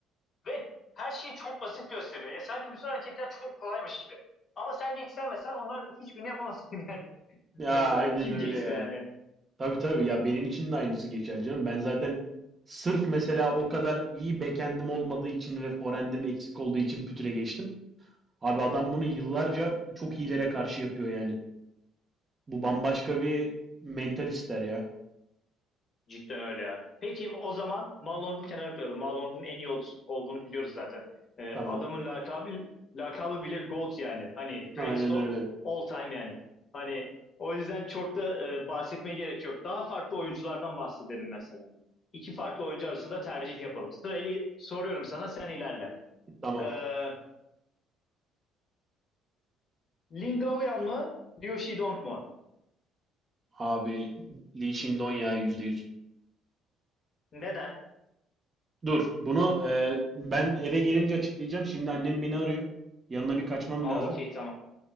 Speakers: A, on the left; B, on the right.
A: Ve her şeyi çok basit gösteriyor. Ya sanki bütün hareketler çok kolaymış gibi. Ama sen geçsen mesela onların hiçbirini yapamazsın yani. <laughs>
B: Ya
A: Mesela
B: aynen
A: kim
B: öyle
A: geçse
B: ya.
A: yani.
B: Tabii tabii ya benim için de aynısı geçerli canım. Ben zaten sırf mesela o kadar iyi backend'im olmadığı için ve forehand'im eksik olduğu için pütüre geçtim. Abi adam bunu yıllarca çok iyilere karşı yapıyor yani. Bu bambaşka bir mental ister ya.
A: Cidden öyle ya. Peki o zaman Malong'u kenara koyalım. Malong'un en iyi ol- olduğunu biliyoruz zaten. Ee,
B: Tamam.
A: adamın lakabı, lakabı bile GOAT yani. Hani
B: Aynen
A: greatest all,
B: öyle.
A: all time yani. Hani o yüzden çok da e, bahsetmeye gerek yok. Daha farklı oyunculardan bahsedelim mesela. İki farklı oyuncu arasında tercih yapalım. Sırayla soruyorum sana sen ilerle.
B: Tamam
A: Ee, Lin Gaoyan mı? Liu Shidong mu?
B: abi Lee Shindon ya %100.
A: Neden?
B: Dur bunu e, ben eve gelince açıklayacağım. Şimdi annem beni arıyor. Yanına bir kaçmam
A: Aa
B: lazım.
A: okey tamam.